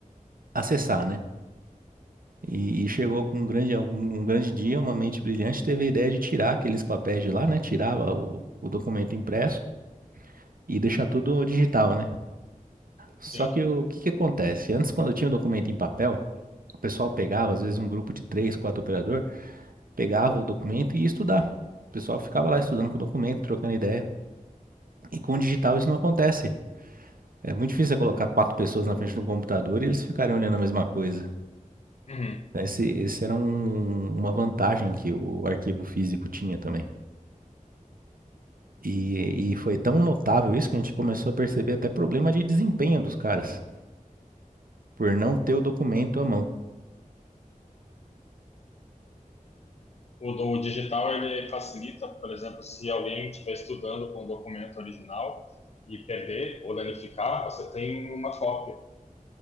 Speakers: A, on the right; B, on the left.
A: acessar, né? E, e chegou com um grande, um, um grande dia, uma mente brilhante teve a ideia de tirar aqueles papéis de lá, né? Tirar o, o documento impresso e deixar tudo digital, né? Só
B: Sim.
A: que o que que acontece? Antes, quando tinha o documento em papel, o pessoal pegava, às vezes um grupo de três, quatro operador, pegava o documento e ia estudar. O pessoal ficava lá estudando com o documento, trocando ideia. E com o digital isso não acontece. É muito difícil você colocar quatro pessoas na frente de um computador e eles ficarem olhando a mesma coisa.
B: Uhum.
A: Esse, esse era um- uma vantagem que o arquivo físico tinha também. E, e foi tão notável isso que a gente começou a perceber até problema de desempenho dos caras, por não ter o documento à mão.
B: O do digital ele facilita, por exemplo, se alguém estiver estudando com o documento original e perder ou danificar, você tem uma cópia.